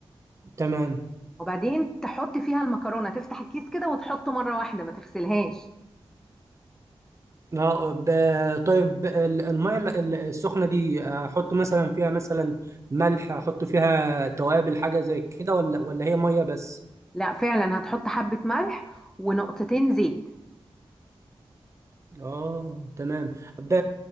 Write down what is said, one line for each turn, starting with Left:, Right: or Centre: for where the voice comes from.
Right: تمام
Centre: وبعدين تحط فيها المكرونة تفتح الكيس كده وتحطه مرة واحدة ما تغسلهاش
Right: اه ب- طيب ال- الميه ال- ال- السخنه دي آه، احط مثلا فيها مثلا ملح احط فيها توابل حاجه زي كده ولا ولا هي ميه بس
Centre: لا فعلا هتحط حبة ملح ونقطتين زيت
Right: اه تمام ب...